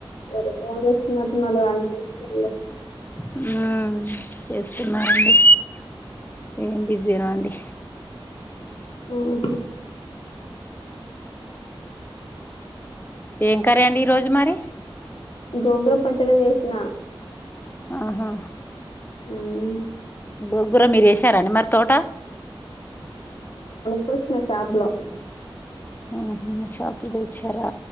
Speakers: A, on the left; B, on the left.
A: ఎవరో ఫోన్ చేస్తున్నట్టున్నారు కాదండి చేసుకోండి
B: హు చేస్తున్నారండి ఏం బిజి నో అండి
A: హుహ్
B: ఏం కర్రీ అండి ఈరోజు మరి
A: గోంగూర పచ్చడి చేసినా
B: ఆహా
A: మ్మ్
B: ఉ గోంగూర మీరు వేసారండి మరి తోట
A: కోసిన షాపులో
B: ఆహా షాపులో తెచ్చారా